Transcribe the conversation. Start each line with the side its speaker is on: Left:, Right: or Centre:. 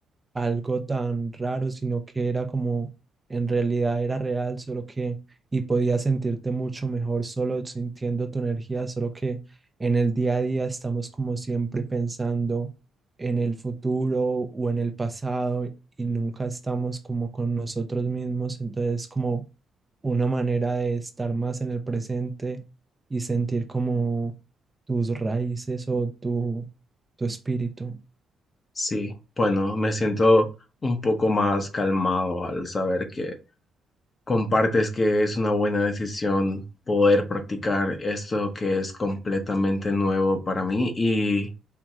Right: algo tan raro, sino que era como en realidad era real, solo que y podías sentirte mucho mejor solo sintiendo tu energía, solo que en el día a día estamos como siempre pensando en el futuro o en el pasado y nunca estamos como con nosotros mismos, entonces como una manera de estar más en el presente y sentir como tus raíces o tu, tu espíritu.
Left: Sí, bueno, me siento un poco más calmado al saber que compartes que es una buena decisión poder practicar esto que es completamente nuevo para mí y